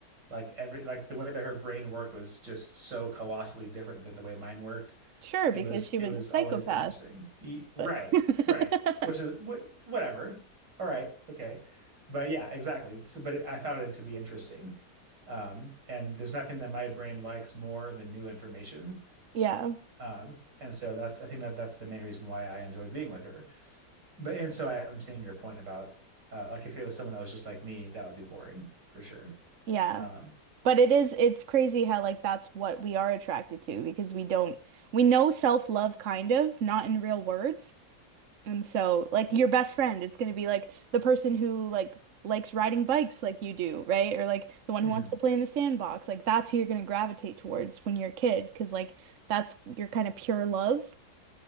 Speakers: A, on the right (about 85°); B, on the right (about 55°).
A: Like every like the way that her brain worked was just so colossally different than the way mine worked.
B: sure,
A: It
B: because
A: was
B: she
A: it
B: was
A: was
B: a psychopath,
A: always interesting. Y- Right,
B: but <laughs>
A: right. Which is wh whatever. All right, okay. But yeah, exactly. So, but it, I found it to be interesting. Um, and there's nothing that my brain likes more than new information.
B: yeah,
A: Um, and so that's I think that that's the main reason why I enjoyed being with her. But and so I, I'm seeing your point about uh, like if it was someone that was just like me, that would be boring for sure.
B: yeah.
A: Um,
B: But it is it's crazy how like that's what we are attracted to because we don't we know self-love kind of, not in real words, And so, like your best friend, it's going to be like the person who like likes riding bikes like you do, right? Or like the one
A: mhm.
B: who wants to play in the sandbox. Like that's who you're going to gravitate towards when you're a kid, because like that's your kind of pure love.